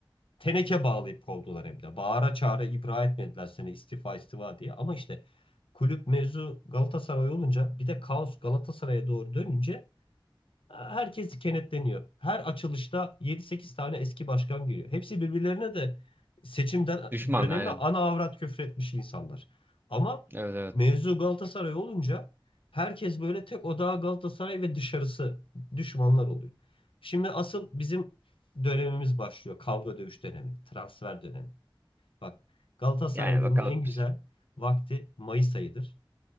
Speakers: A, on the left; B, on the right.
A: Teneke bağlayıp kovdular hem de. Bağıra çağıra ibra etmediler seni istifa istifa diye. Ama işte kulüp mevzu Galatasaray olunca bir de kaos Galatasaray'a doğru dönünce Herkes kenetleniyor. Her açılışta yedi sekiz tane eski başkan giriyor. Hepsi birbirlerine de seçimden
B: Düşman
A: dönemi
B: aynen.
A: ana avrat küfretmiş insanlar. Ama
B: Evet evet.
A: mevzu Galatasaray olunca herkes böyle tek odağa Galatasaray ve dışarısı düşmanlar oluyor. Şimdi asıl bizim dönemimiz başlıyor. Kavga dövüş dönemi, transfer dönemi. Bak Galatasaraylı'nın
B: Yani bakalım.
A: en güzel vakti Mayıs ayıdır.